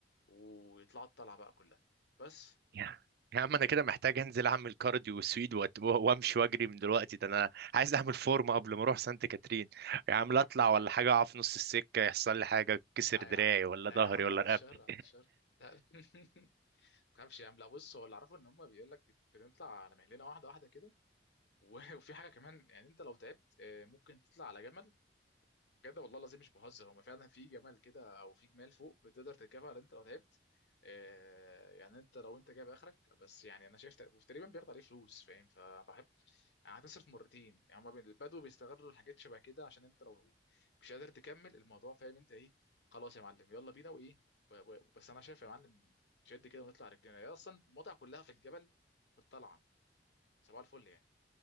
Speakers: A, on the left (about 70°); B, on the right (about 60°).
A: ويطلعوا الطلعه بقى كلها بس
B: يا يا عم انا كده محتاج انزل اعمل كارديو وسويد وأت- وامشي واجري من دلوقتي ده انا عايز اعمل فورمه قبل ما اروح سانت كاترين يا عم لا اطلع ولا حاجه اقع في نص السكه يحصل لي حاجه كسر
A: لا
B: دراعي
A: يا عم
B: ولا
A: لا
B: ظهري
A: يا عم بعد
B: ولا
A: الشر
B: رقبتي
A: بعد الشر لا <laughs> ما تخافش يا عم لا بص هو اللي اعرفه ان هم بيقول لك بنطلع على مهلنا واحده واحده كده و- وفي حاجه كمان يعني انت لو تعبت آه، ممكن تطلع على جبل بجد والله العظيم مش بهزر هما فعلا في جمال كده او في جمال فوق بتقدر تركبها لو انت لو تعبت آه، يعني انت لو انت جايب اخرك بس يعني انا شايف تق- تقريبا بياخد عليه فلوس فاهم فبحب يعني هتصرف مرتين يعني هما بال- البدو بيستغلوا الحاجات شبه كده عشان انت لو مش قادر تكمل الموضوع فاهم انت ايه خلاص يا معلم يلا بينا وايه و- و- بس انا شايف يا معلم شد كده ونطلع رجلينا هي اصلا المتعه كلها في الجبل في الطلعه صباح الفل يعني